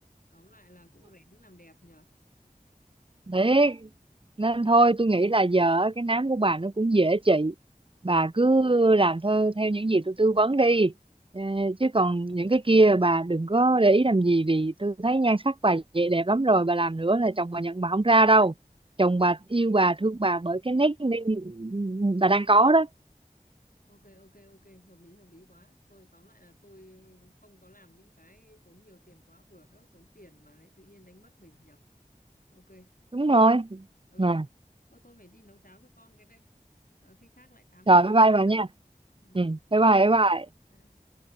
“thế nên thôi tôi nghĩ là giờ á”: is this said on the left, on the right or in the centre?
Right